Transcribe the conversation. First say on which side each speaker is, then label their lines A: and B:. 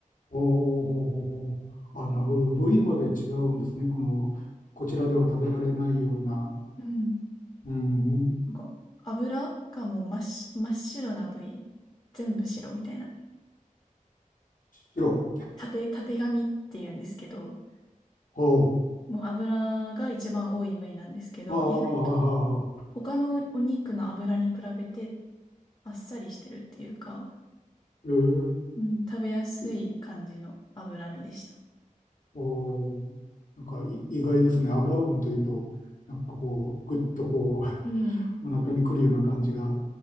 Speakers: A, on the left (about 70°); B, on the left (about 30°).
A: おーほうほうほうあ、なるほど、部位まで違うんですね、この、こちらでは食べられないような、
B: うん。
A: うん、
B: なんか油がもう真っし、真っ白な部位、全部白みたいな。
A: 白、
B: たて、たてがみって言うんですけど、
A: ほ
B: もう油が一番多い部位なんですけど、
A: う、ああ、
B: 意外と他のお肉の油に比べてあっさりしてるっていうか、
A: えー、
B: うん、食べやすい感じの脂身でした。
A: いおー、なんかい意外ですね、油分というと、なんかこう、ぐっとこ
B: うん。
A: う、<laughs> お腹にくるような感じが